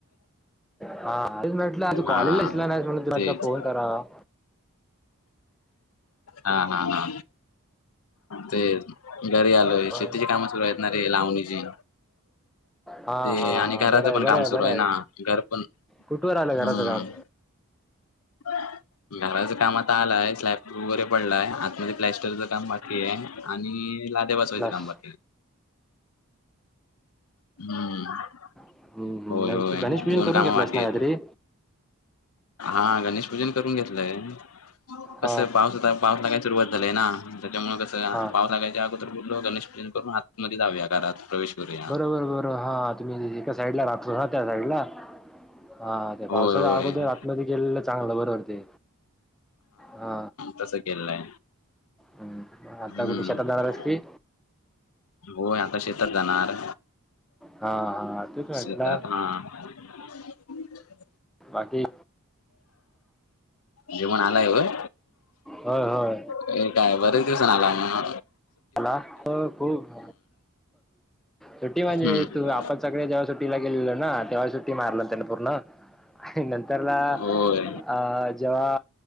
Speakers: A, in the centre; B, on the left (about 75°).
A: हा म्हटलं आज कॉलेजला
B: हा
A: दिसला नाही म्हणून तुला
B: तेच
A: एकदा फोन करावा.
B: हा हा हा तेच घरी आलोय. ती
A: पण-
B: शेतीची कामं सुरू आहेत ना रे लावणीची.
A: हा
B: ते
A: हा
B: आणि
A: हा
B: घराच
A: बरं आहे
B: पण
A: बरं
B: काम
A: आहे बरं
B: सुरू हाय
A: आहे.
B: ना, घर पण
A: कुठवर
B: हम्म
A: आलं घराचं काम?
B: <inaudible> घराचं काम आता आलंय, स्लॅब वगैरे पडलाय, आतमध्ये प्लॅस्टरच काम बाकीये आणि लाद्या बा
A: क्लास
B: <unintelligible>
A: हम्म, हम्म.
B: होय
A: मग
B: होय,
A: तू गणेश पूजन
B: दोन
A: करून
B: काम
A: घेतलास
B: बाकी
A: ना
B: येत.
A: काहीतरी?
B: हा गणेश पूजन करून घेतलंय, कस
A: हा
B: पाऊस आता पाऊस लागाय सुरुवात झालंय ना, त्याच्यामुळ कसं,
A: हा
B: पाऊस लागायच्या अगू तर बोललो गणेश पूजन करून आतमध्ये जाऊया घरात प्रवेश करूया.
A: बरोबर बरोबर हा तुम्ही एका साईड ला राहतो ना, त्या साईड ला. हा ते पावसाच्या
B: होय होय
A: अगोदर आतमध्ये गेलेलं चांगलं, बरोबर ते. हा
B: तसं केलंय
A: हम्,
B: हम्म
A: आता कुठं शेतात जाणार हायस की
B: होय आता शेतात जाणार.
A: हा हा तेच म्हटलं
B: शेतात हा <unintelligible>
A: बाकी
B: जेवण आलाय काय?
A: होय होय
B: हे काय बरेच दिवसान आला ना?
A: अला हो खूप. सुट्टी म्हणजे
B: हम्म
A: तू आपण सगळे जेव्हा सुट्टीला गेलेलो ना तेव्हा सुट्टी मारलं त्याने पूर्ण. आणि नंतरला
B: होय
A: अ जेव्हा.